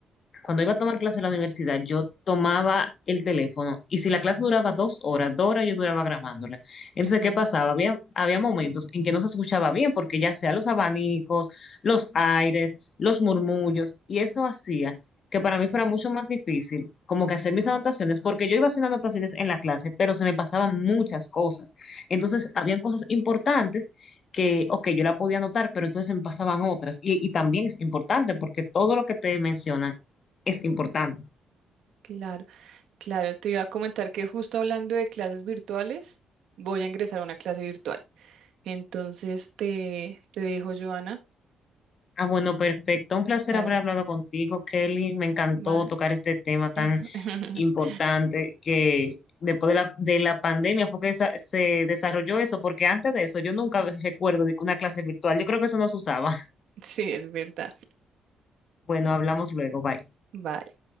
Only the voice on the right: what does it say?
<laughs>
Claro. Claro, te iba a comentar que justo hablando de clases virtuales, voy a ingresar a una clase virtual. Entonces te, te dijo Joana,
vale,
va.
<laughs>
Sí, es verdad.
Vale.